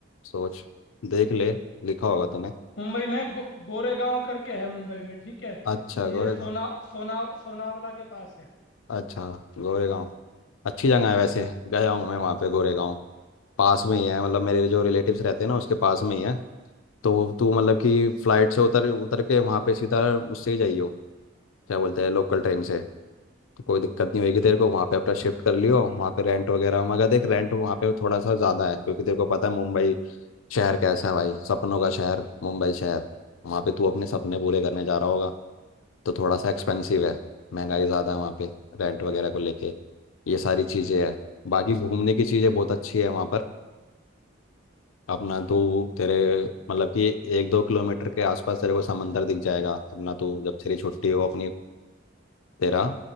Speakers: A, on the left (about 90°); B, on the left (about 55°).
A: सोच देख ले लिखा होगा तूने
B: मुंबई में गो, गोरेगांव करके है मुंबई में ठीक है
A: अच्छा
B: ये
A: गोरेगांव
B: सोना सोना सोनावला के पास है
A: अच्छा गोरेगांव अच्छी जगह है वैसे गया हूँ
B: हाँ
A: मैं वहाँ पे गोरेगांव पास में ही है मतलब मेरे जो रिलेटिव्स रहते हैं ना उसके पास में ही है तो तू मतलब कि फ्लाइट
B: हाँ।
A: से उतर उतर के वहाँ पे सीधा उससे ही जाइयो क्या बोलते हैं लोकल ट्रेन से तो कोई दिक्कत नहीं होगी तेरे को वहाँ पे अपना शिफ्ट कर लियो वहाँ पे रेंट वगैरह मगर देख रेंट वहाँ पे थोड़ा सा ज़्यादा है क्योंकि तेरे को पता है मुंबई शहर कैसा है भाई सपनों का शहर मुंबई शहर वहाँ पे तू अपने सपने पूरे करने जा रहा होगा तो थोड़ा सा एक्सपेंसिव है महंगाई ज़्यादा है वहाँ पे रेंट वगैरह को लेके ये सारी चीज़ें हैं बाकी घूमने की चीज़ें बहुत अच्छी है वहाँ पर अपना तू तेरे मतलब कि एक दो किलोमीटर के आसपास तेरे को समंदर दिख जाएगा अपना तू जब तेरी छुट्टी हो अपनी तेरा